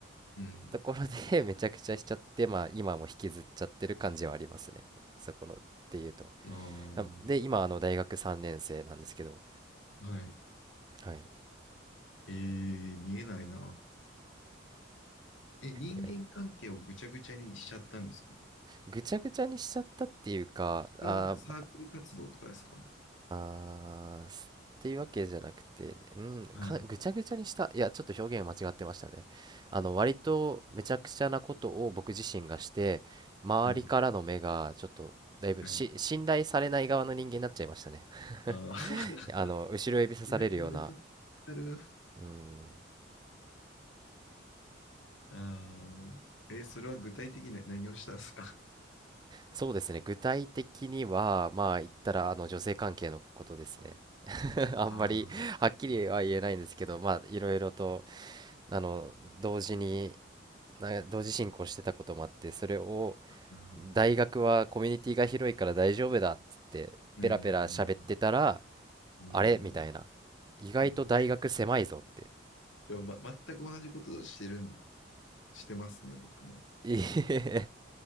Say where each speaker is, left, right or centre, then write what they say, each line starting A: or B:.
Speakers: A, on the left; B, on the right.
A: うん。
B: ところで <laughs> めちゃくちゃしちゃって、まあ今も引きずっちゃってる感じはありますね。そこの、っていうと。
A: あ
B: あで、今、あの、大学3年生なんですけど、
A: あ、はい。
B: はい。
A: えー、見えないな。え、人間関係をぐちゃぐちゃにしちゃったんですか
B: いや、ぐちゃぐちゃにしちゃったっていうか、
A: これはなんかサークル活動とかですか
B: あー、まあー、すっていうわけじゃなくて、うん、
A: はい。
B: か、ぐちゃぐちゃにした。いや、ちょっと表現間違ってましたね。あの、割とめちゃくちゃなことを僕自身がして、周りからの目がちょっと、
A: はい。
B: だいぶし、
A: はい。
B: 信頼されない側の人間になっちゃいましたね。
A: ああ。
B: <laughs> あの、後ろ指さされるような、
A: <laughs> いや、これめっちゃある。
B: うん、
A: ああ。え、それは具体的に何をしたんですか
B: そうですね。具体的には、まあ、言ったら、あの、女性関係のことですね。<laughs> あんまり、
A: ああー、
B: はっきりは言えないんですけど、まあ、いろいろと、あの同時にな同時進行してたこともあってそれを
A: うーん。
B: 大学はコミュニティが広いから大丈夫だっつってペラペラ喋ってたら
A: うーん。うーん。
B: あれみたいな意外と大学狭いぞって
A: うん。じゃあ、ま、全く同じことをしてるん、してますね、僕も。
B: いえ